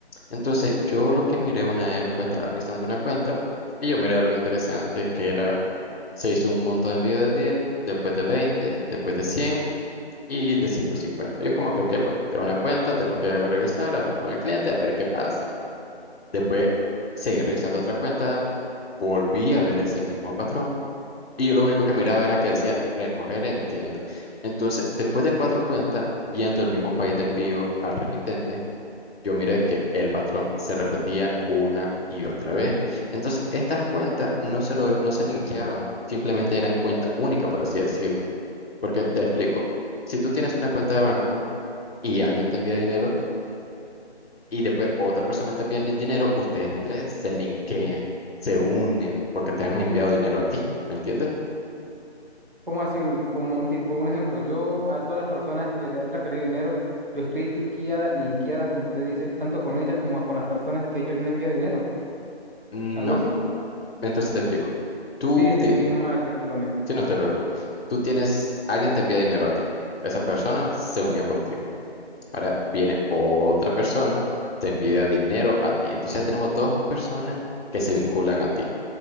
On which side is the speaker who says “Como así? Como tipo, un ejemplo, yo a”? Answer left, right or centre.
Right